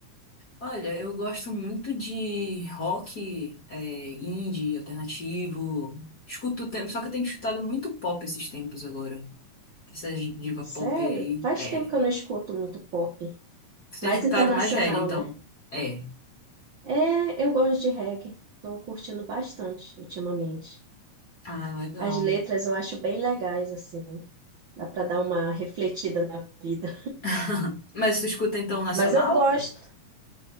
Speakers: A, on the left (about 45°); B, on the right (about 80°).
A: Olha, eu gosto muito de rock, é, indie, alternativo. Escuto o tempo, só que eu tenho escutado muito pop esses tempos agora. Essas diva
B: Sério?
A: pop aí.
B: Faz
A: É.
B: tempo que eu não escuto muito pop.
A: Tu tem
B: Mais
A: escutado
B: internacional,
A: mais reggae, então?
B: né?
A: É.
B: É, eu gosto de reggae. Tô curtindo bastante ultimamente.
A: Ah, legal.
B: As letras eu acho bem legais, assim. Dá pra dar uma refletida na vida.
A: <laughs> Mas tu escuta então o nacional?
B: Mas eu gosto,